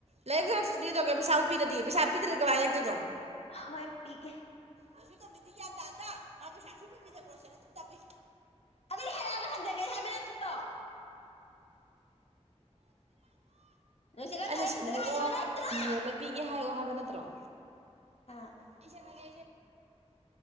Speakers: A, on the right (about 65°); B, on the left (about 60°).
A: ꯂꯥꯛ ꯀꯩꯥ ꯁꯤꯗꯤ ꯄꯤꯗꯦ ꯄꯩꯁꯥ ꯄꯤꯗꯦ ꯀꯃꯥꯏ ꯂꯩꯔꯛꯇꯣꯏꯅꯣ
B: ꯍꯣꯏ ꯄꯤꯒꯦ
A: ꯑꯗꯨ ꯇꯃꯤꯗꯤ ꯀ꯭ꯌꯥꯟ ꯇꯥꯗ꯭ꯔꯥ ꯃꯥꯄꯩꯁꯥ ꯁꯨꯡꯄꯤꯗ ꯄꯨꯣꯁ ꯒ꯭ꯦꯔꯖꯨꯋꯦꯠ ꯇꯝꯃꯦ
B: ꯑꯗꯩ ꯍꯥꯏꯔꯛꯑꯒ ꯍꯟꯖꯟꯒꯦ ꯍꯥꯏꯕ ꯅꯠꯇ꯭ꯔꯣ ꯅꯨꯡ ꯆꯠꯝꯗꯥꯏꯗ
A: ꯑꯩꯅ ꯁꯣꯂꯛꯑꯣ
B: ꯐꯖꯟ ꯍꯥꯏꯌꯨ ꯅꯠꯇꯔ
A: ꯐꯤ ꯌꯣꯜꯂ ꯄꯤꯒꯦ ꯍꯥꯏꯌꯨ ꯍꯥꯏꯕ ꯅꯠꯇ꯭ꯔꯣ
B: ꯑꯥ
A: ꯑꯩ ꯆꯦꯜꯂꯒꯦ